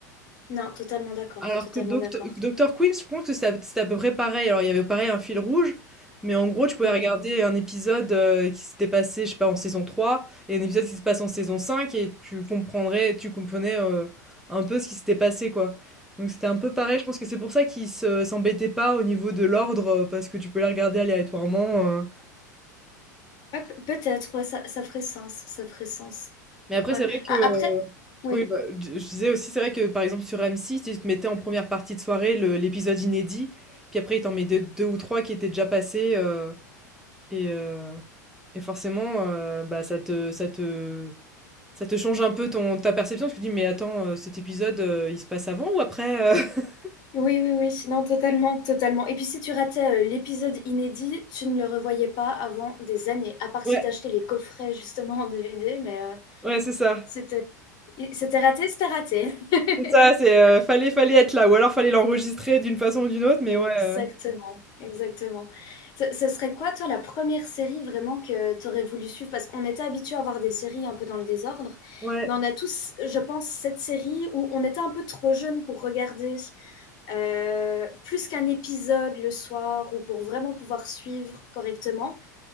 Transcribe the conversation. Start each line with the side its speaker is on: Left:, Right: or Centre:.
Left: non, totalement d'accord,
Centre: Alors
Left: totalement
Centre: que docteur
Left: d'accord.
Centre: Doctor Quinn, je pense que c'est à c'était à peu près pareil. Alors, il y avait pareil un fil rouge, mais en gros, tu pouvais
Left: Ouais.
Centre: regarder un épisode euh, qui s'était passé, je sais pas, en saison 3, et un épisode qui se passe en saison 5, et tu comprendrais, tu comprenais euh, un peu ce qui s'était passé, quoi. Donc, c'était un peu pareil. Je pense que c'est pour ça qu'ils se- s'embêtaient pas au niveau de l'ordre euh, parce que tu peux les regarder aléatoirement. euh.
Left: Ouais, pe- peut-être, ouais, ça, ça ferait sens, ça ferait sens.
Centre: Mais après,
Left: Ouais.
Centre: c'est vrai que
Left: A- Après, oui,
Centre: Oui, bah, d- je disais aussi, c'est vrai que par exemple sur m six, ils te mettaient en première partie de soirée le- l'épisode inédit, puis après ils t'en mettaient deux, deux ou trois qui étaient déjà passés, euh, et, euh, et forcément, euh, bah, ça te, ça te, ça te change un peu ton, ta perception, parce que tu te dis, mais attends, euh, cet épisode, euh, il se passe avant ou après? euh <laughs>
Left: oui, oui, oui, non, totalement, totalement. Et puis si tu ratais euh, l'épisode inédit, tu ne le revoyais pas avant des années, à part
Centre: Ouais,
Left: si t'achetais les coffrets justement en DVD, mais euh,
Centre: ouais, c'est ça.
Left: c'était, c'était raté, c'était raté. <laughs>
Centre: C'est ça, c'est euh, fallait, fallait être là, ou alors fallait l'enregistrer d'une façon ou d'une autre, mais
Left: Exactement,
Centre: ouais. euh,
Left: exactement. Ce, ce serait quoi, toi, la première série vraiment que tu aurais voulu suivre? Parce qu'on était habitué à voir des séries un peu dans le désordre,
Centre: Ouais.
Left: mais on a tous, je pense, cette série où on était un peu trop jeune pour regarder euh, plus qu'un épisode le soir ou pour vraiment pouvoir suivre correctement.